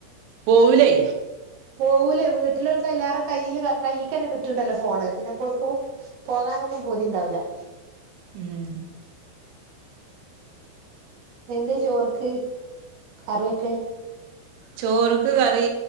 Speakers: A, on the right; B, on the right.
A: പോവൂലേ
B: പോകൂലേ വീട്ടിലൊൽക് എല്ലാരെ കയ്യില് കയ്യിക്കന്നെ കിട്ട്ണ്ടല്ലോ ഫോണ്. പിന്നെപ്പോൽകും പോകാനൊന്നും പൂതിണ്ടാകൂല. ല്ല
A: ഉം
B: എന്ത് ചോറ്ക്ക് കറിയൊക്കെ
A: ചോറ്ക്ക് കറി